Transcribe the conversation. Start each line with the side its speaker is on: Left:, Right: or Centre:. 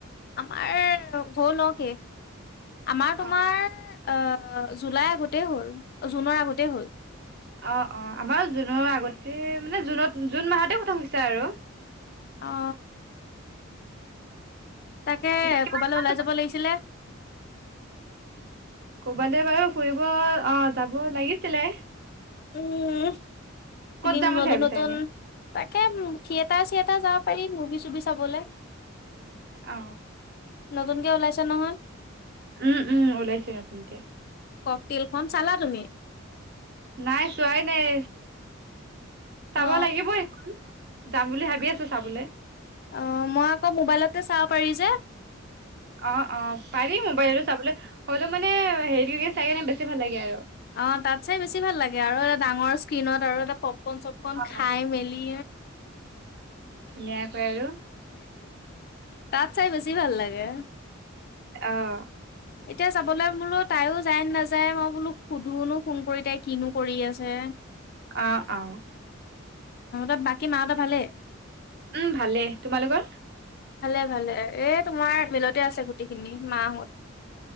Left: আমাৰ ল হল অ শেষ, আমাৰ তোমাৰ
Right: অ
Left: আ জুলাই আগতেই হ'ল জুনৰ আগতেই হ'ল।
Right: অ অ আমাৰ জুনৰ আগতে মানে জুনত জুন মাহতে খতম হৈছে আৰু।
Left: অ। তাকে
Right: এতিয়া কিমান
Left: কবালৈ
Right: ক্লাছ
Left: ওলাই
Right: হ'ব
Left: যাব লাগিছিলে।
Right: ক'বালৈ বাৰু ফুৰিব অ যাব লাগিছিলে?
Left: উম ফিল্ম
Right: ক'ত যাম বুলি
Left: নতুন
Right: ভাবিছা
Left: নতুন
Right: এনে
Left: তাকেতো থিয়েটাৰ চিয়েটাৰ যাব পাৰি মুভি চুভি চাবলে।
Right: অ
Left: নতুনকে ওলাইছে নহয়।
Right: উম উম ওলাইছে নতুনকে
Left: ককটেলখন চালা তুমি
Right: নাই চোৱাই নাই চাব
Left: অ
Right: লাগিব এইখন যাম বুলি ভাবি আছো চাবলৈ?
Left: অ মই আকৌ মোবাইলতে চাব পাৰি যে?
Right: অ অ পাৰি মোবাইলো চাবলৈ হ'লেও মানে হেৰি চাই কিনে বেছি ভাল লাগে আৰু
Left: অ তাত চাই বেছি ভাল লাগে আৰু এটা ডাঙৰ স্ক্ৰিনত আৰু এটা পপকৰ্ণ চপকৰ্ণ খাই
Right: অ
Left: মেলি
Right: ধুনীয়াকৈ আৰু।
Left: তাত চাই বেছি ভাল লাগে
Right: অ।
Left: এতিয়া যাবলৈ বোলো তাইও যায় নাযায় মই বোলো সুধু ফোন কৰি তাই কিনো কৰি আছে
Right: অ অ।
Left: আ বাকী মাঁহতৰ ভালেই?
Right: উম ভালেই, তোমালোকৰ?
Left: ভালে ভালে এ তোমাৰ মিলতে আছে গোটেইখিনি মাঁহত